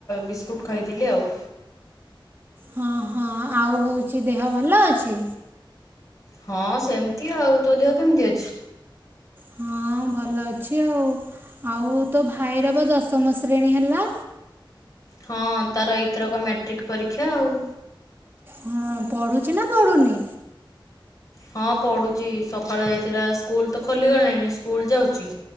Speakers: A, on the left; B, on the right.
A: ବିସ୍କୁଟ ଖାଇଥିଲି ଆଉ।
B: ହଁ ହଁ ଆଉ ହଉଛି ଦେହ ଭଲ ଅଛି।
A: ହଁ ସେମିତି ଆଉ, ତୋ ଦେହ କେମିତି ଅଛି?
B: ହଁ ଭଲ ଅଛି ଆଉ। ଆଉ ତୋ ଭାଇର ବା ଦଶମ ଶ୍ରେଣୀ ହେଲା।
A: ହଁ ତାର ଏଇଥରକ ମାଟ୍ରିକ ପରୀକ୍ଷା ଆଉ।
B: ହଁ ପଢୁଛି ନା ପଢୁନି?
A: ହଁ ପଢୁଛି, ସକାଳେ ଯାଇଥିଲା ସ୍କୁଲତ ଖୋଲିଗଲାଣି ସ୍କୁଲ ଯାଉଚି।